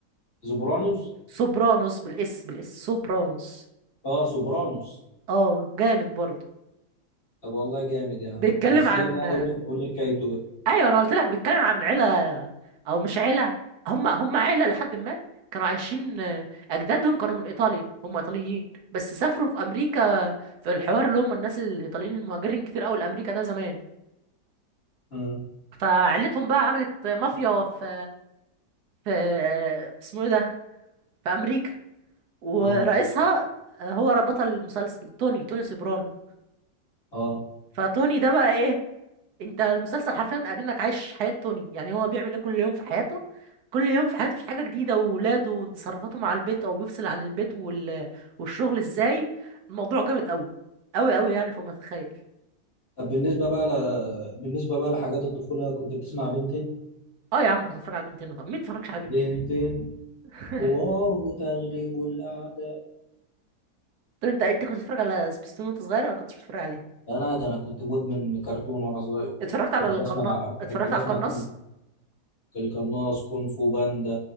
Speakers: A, on the left; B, on the right.
A: سوبرانوس؟
B: سوبرانوس بالاس بالاس سوبرانوس
A: اه سوبرانوس
B: اه جامد برضه
A: طب والله جامد يا عم
B: بيتكلم
A: بس
B: عن
A: ايه بقى قول لي قول لي حكايته بقى
B: ايوه انا قلت لك بيتكلم عن عيله او مش عيله هم هم عيله لحد ما كانوا عايشين اجدادهم كانوا من ايطاليا هم ايطاليين بس سافروا في امريكا في الحوار اللي هم الناس الايطاليين المهاجرين كتير قوي لامريكا ده زمان
A: مم.
B: فعيلتهم بقى عملت مافيا في في في اسمه ايه ده في امريكا ورئيسها
A: اه
B: هو بطل المسلسل توني توني سوبرانو
A: اه
B: فتوني ده بقى ايه انت المسلسل حرفيا اكنك عايش حياة توني يعني هو بيعمل ايه كل يوم في حياته كل يوم في حياته في حاجة جديدة وولاده وتصرفاته مع البيت او بيفصل عن البيت وال... والشغل ازاي الموضوع جامد قوي قوي قوي يعني فوق ما تتخيل
A: طب بالنسبة بقى ل... بالنسبة بقى لحاجات الطفولة كنت بتسمع بنتين
B: اه يا عم كنت اتفرج على بنتين طب مين اتفرجش على بنتين
A: بنتين
B: <laughs>
A: قوة وتغلب الأعداء
B: طب انت انت كنت بتتفرج على سبيستون وانت صغير ولا كنتش بتتفرج عليه
A: لا لا ده انا كنت مدمن كرتون وانا صغير
B: اتفرجت
A: كنت
B: على القنا
A: بسمع
B: اتفرجت
A: كنت بسمع
B: على القناص
A: كون- القناص كونغ فو باندا